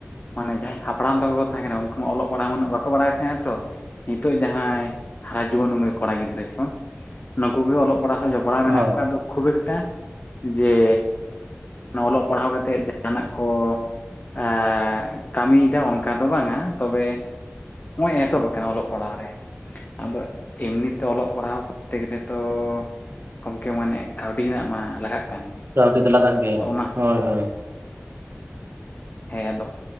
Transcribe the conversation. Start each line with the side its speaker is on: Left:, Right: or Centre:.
Left: ᱢᱟᱱᱮ ᱡᱷᱟᱭ ᱦᱟᱯᱲᱟᱢ ᱛᱟᱠᱚ ᱠᱚ ᱛᱟᱦᱮᱸ ᱠᱟᱱᱟ, ᱩᱱᱠᱩ ᱢᱟ ᱚᱞᱚᱜ ᱯᱟᱲᱟ ᱢᱟᱱᱟᱹᱜ ᱵᱟᱠᱚ ᱵᱟᱲᱟᱭ ᱛᱷᱟᱸᱦ ᱛᱚ! ᱱᱤᱛᱳᱜ ᱡᱟᱦᱟᱸᱭ, ᱦᱟ ᱡᱩᱣᱟᱹᱱ ᱩᱢᱮᱨ ᱠᱚᱲᱟ ᱜᱤᱫᱽᱨᱟᱹ ᱠᱚᱸ, ᱱᱩᱝᱠᱩ ᱜᱮ ᱚᱞᱚᱜ ᱯᱲᱟ ᱥᱮ ᱡᱚᱯᱲᱟᱣ ᱢᱮᱱᱟᱜ
Right: ᱦᱳᱭ
Left: ᱠᱚᱣᱟᱫᱚ ᱠᱷᱩᱵ ᱮᱠᱴᱟ, ᱡᱮ ᱱᱚ ᱚᱞᱚᱜ ᱯᱟᱲᱦᱟᱣ ᱠᱟᱛᱮᱜ ᱡᱟᱦᱟᱱᱟᱜ ᱠᱚ ᱟ ᱠᱟᱢᱤᱭᱫᱟ ᱚᱱᱠᱟ ᱫᱚ ᱵᱟᱝᱟ, ᱛᱚᱵᱮ, ᱚᱸᱭ ᱮᱦᱛᱚᱵ ᱠᱟᱱᱟ ᱚᱞᱚᱜ ᱯᱟᱲᱟᱣ ᱨᱮ, ᱟᱫᱚ ᱮᱢᱱᱤ ᱛᱮ ᱚᱞᱚᱜ ᱯᱟᱲᱦᱟᱣ ᱠᱚᱛᱛᱮ ᱜᱮᱹᱞᱮᱹ ᱛᱚ ᱠᱚᱢᱠᱮ ᱢᱟᱱᱮ, ᱠᱟᱹᱣᱰᱤ ᱱᱟᱜ ᱢᱟ ᱞᱟᱜᱷᱟᱜ ᱠᱟᱱ!
Right: ᱠᱟᱹᱣᱰᱤ ᱫᱚ ᱞᱟᱜᱟᱜ ᱜᱮᱭᱟ,
Left: ᱚᱱᱟ
Right: ᱦᱳᱭ-ᱦᱳᱭ᱾
Left: ᱦᱮᱸ ᱟᱫᱚ